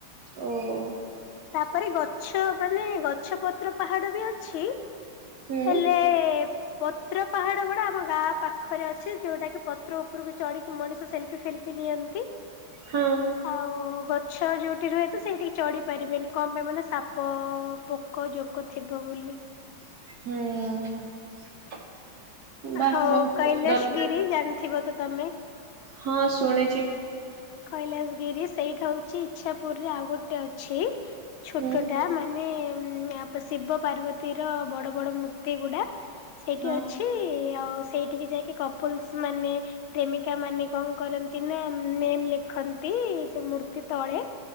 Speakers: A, on the right; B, on the left.
A: ଓ-ଓ-ଓ-ଓ।
B: ତା'ପରେ ଗଛ ମାନେ ଗଛ ପତ୍ର ପାହାଡ ବି ଅଛି।
A: ହୁଁ
B: ହେଲେ-ଏ-ଏ-ଏ-ଏ ପ୍ ପତ୍ର ପାହାଡ ଗୁଡା ଆମ ଗାଁ ପାଖରେ ଅଛି। ଯୋଉଟା କି ପତ୍ର ଉପରକୁ ଚଢିକି, ମଣିଷ ସେଲଫି ଫେଲ୍ ନିଅନ୍ତି ।
A: ହଁ
B: ଆଉ ଗଛ ଯୋଉଠି ରୁହେ ତ ସେଇଠି ଚଢି ଚଢିପାରିବେନି କଣ ପାଇଁ ମାନେ ସାପ-ପ, ପୋକ, ଜୋକ ଥିବ ବୋଲି।
A: ହୁଁ। ବାଃ
B: ହଉ,
A: ବହୁତ ସୁନ୍ଦର
B: କୈଳାସ ଗିରି ଜାଣିଥିବ ତ, ତମେ
A: ହଁ, ଶୁଣିଚି।
B: କୈଳାସଗିରି ସେଇଟା ହଉଛି, ଇ୍ଛାପୁର ରେ ଆଉ ଗୋଟେ ଅଛି। ଛୋଟ
A: ହୁଁ
B: ଟା ମାନେ-ଏଁ ଉଁ ଶିବ ପାର୍ବତୀ ର ବଡ ବଡ ମୂର୍ତ୍ତି ଗୁଡା ସେଇଠି
A: ହଁ।
B: ଅଛି। ଆଉ, ସେଇଠିକି ଯାଇକି କପଲସ୍ ମାନେ, ପ୍ରେମିକା ମାନେ କଣ କରନ୍ତି ନା, ନେମ୍ ଦେଖନ୍ତି। ସେ ମୂର୍ ତଳେ